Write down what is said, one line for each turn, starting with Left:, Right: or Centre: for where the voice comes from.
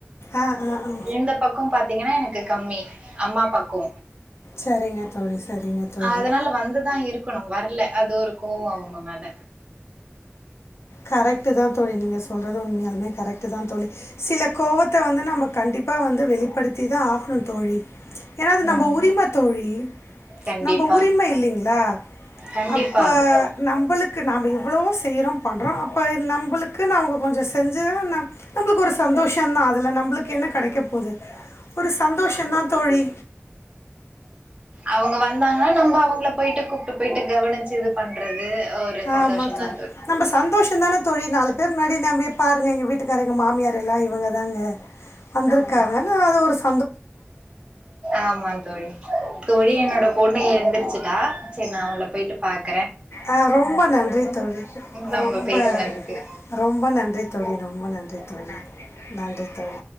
Left: அ, அ, அ.
Right: இந்த பக்கோ பாத்தீங்கனா எனக்கு கம்மி அம்மா பக்கோ
Left: சரிங்க தோழி, சரிங்க தோழி.
Right: அதனால வந்துதா இருக்கணு வரல அது ஒரு கோவோ அவுங்க மேல
Left: கரெக்ட் தா தோழி நீங்க ஸ் சொல்றது உண்மையாலுமே கரெக்ட் தா தோழி சில கோவத்த வந்து நம்ம கண்டிப்பா வந்து வெளிப்படுத்தி தா ஆகணு தோழி ஏனா அது
Right: ம்
Left: நம்ம உரிம தோழி
Right: கண்டிப்பா
Left: நம்ம உரிம இல்லிங்களா
Right: கண்டிப்பா
Left: அப்போ நம்மளுக்கு நாம எவ்வளவோ செய்றோ பண்றோ அப்ப நம்புளுக் குனு அவுங்க கொஞ்சோ செஞ்சா என்ன நம்ளுக்கு ஒரு சந்தோஷந்தா அதுல நம்ளுக்கு என்ன கெடைக்க போது ஒரு சந்தோஷந்தா தோழி
Right: அவுங்க வந்தாங்கன்னா நம்ம அவுங்கள போயிட்டு கூப்டு போயிட்டு கவனிச்சு இது பண்றது ஒரு சந்தோஷந்தா
Left: ஆமா தோழி நம்ம சந்தோஷோ தான தோழி நாலுப் பேர் முன்னாடி நம்யெப் பாருங்கள் எங்க வீட்டுக்காரு எங்க மாமியார் எல்லா இவங்க தாங்க வந்திருக்காங்கன்ன அது ஒரு ஸ்
Right: ஆமான் தோழி தோழி என்னோட பொண்ணு எழுந்துருச்சு ட்டா செரி நா அவங்கள போயிட்டு பாக்
Left: ஆ ரொம்ப நன்றி தோழி
Right: நம்ம
Left: ரொம்ப
Right: பேசுனதுக்கு
Left: ரொம்ப நன்றி தோழி ரொம்ப நன்றி தோழி நன்றி தோழி